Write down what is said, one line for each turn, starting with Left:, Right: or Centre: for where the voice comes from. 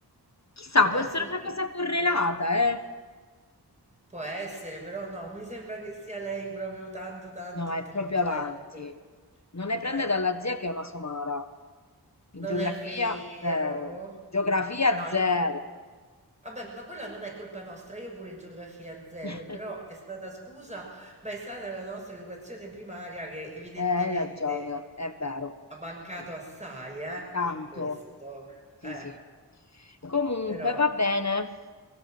Left: Chissà, può
Right: Beh,
Left: essere
Right: fighissimo.
Left: una cosa correlata, eh?
Right: Può essere, però no, mi sembra che sia lei proprio tanto, tanto
Left: No, è
Right: intelligente.
Left: proprio avanti. Non ne prende
Right: Eh,
Left: dalla zia che è una somara. In
Right: non
Left: geografia,
Right: è vero.
Left: zero. Geografia,
Right: No,
Left: zero.
Right: io credo. Vabbè, ma quella non è colpa nostra, io pure geografia zero,
Left: <laughs>
Right: però è stata scusa, ma è stata la nostra educazione primaria che evidentemente
Left: Eh, hai ragione, è vero.
Right: ha mancato
Left: Sì.
Right: assai, eh,
Left: Tanto.
Right: in questo.
Left: Sì,
Right: Eh,
Left: sì. Comunque,
Right: però,
Left: va bene.